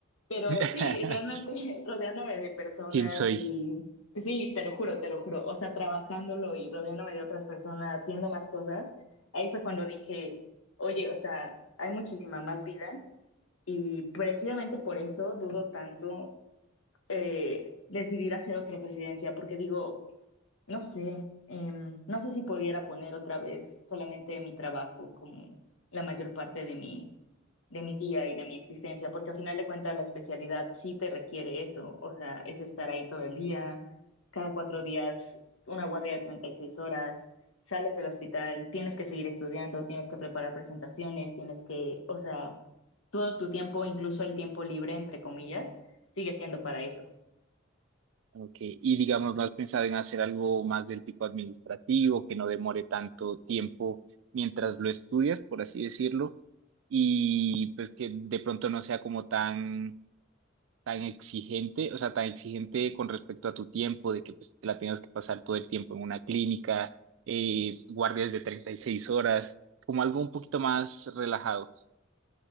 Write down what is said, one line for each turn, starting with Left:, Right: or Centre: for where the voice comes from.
Left: Pero
Right: <laughs>
Left: sí, realmente <laughs> rodeándome de personas
Right: ¿Quién soy?
Left: y pues sí, te lo juro, te lo juro, o sea, trabajándolo y rodeándome de otras personas, viendo más cosas, ahí fue cuando dije, oye, o sea, hay muchísima más vida y precisamente por eso dudo tanto eh, decidir hacer otra residencia, porque digo, no sé, em, no sé si pudiera poner otra vez solamente mi trabajo como la mayor parte de mi, de mi día y de mi existencia, porque al final de cuentas la especialidad sí te requiere eso, o sea, es estar ahí todo el día, cada cuatro días, una guardia de 36 horas, sales del hospital, tienes que seguir estudiando, tienes que preparar presentaciones, tienes que, o sea, todo tu tiempo, incluso el tiempo libre, entre comillas, sigue siendo para eso.
Right: Ok, y digamos, ¿no has pensado en hacer algo más del tipo administrativo, que no demore tanto tiempo mientras lo estudias, por así decirlo, y pues que de pronto no sea como tan, tan exigente, o sea, tan exigente con respecto a tu tiempo, de que pues, te la tengas que pasar todo el tiempo en una clínica, eh, guardias de 36 horas, como algo un poquito más relajado?